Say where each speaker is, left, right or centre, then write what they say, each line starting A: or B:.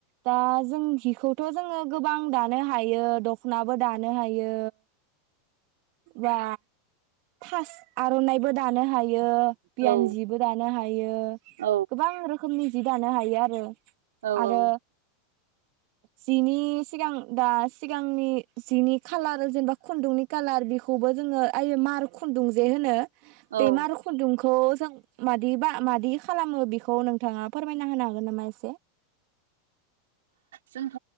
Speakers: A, on the right (about 60°); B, on the right (about 80°).
A: दा जों हिखौथ' जोङो गोबां दानो दानो हायो दख'नाबो दानो हायो बा फास आर'नाइबो दानो हायो। बियो
B: औ
A: बियानजिबो दानो हायो
B: औ
A: गोबां रोखोमनि जि दानो हायो आरो
B: औ
A: आरो
B: औ
A: जिनि सिगां दा सिगांनि जिनि खालार जेनेबा खुन्दुंनि कालार बेखौबो जोङो आय मार खुन्दुं जे होनो
B: औ
A: बेमार खुनदुंखो खुनदुंखौ जों मादि बा मादि खालामो बेखौ नोंथाङा फोरमायना होनो हागोन नामा एसे
B: जोंथ